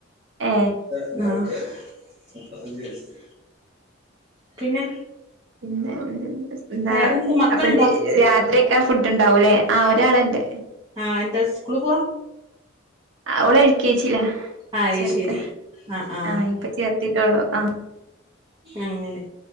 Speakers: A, on the right; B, on the right.
A: ഏ
B: ആഹ അവക് മുബതഅജ് വയസ്ത് പിന്നെ
A: പിന്നെ എന്താ
B: വേറെന്താ മക്കളുണ്ടോ
A: അപ്പൊ തന് രതി ഫുഡ് ഉണ്ടാവൂല്ലേ ആഹ ഒരാളുണ്ട്
B: ആഹ എന്താ സ്കുളി പോവാ
A: അവളെൽ ക്കേജിയിലാ
B: അത്
A: ചേർത്തെ
B: ശരി ആഹ് ആഹ്
A: ആഹ ഇപ്പ ചേർത്തിട്ടാള്ളൂ ആ
B: അങ്ങനെ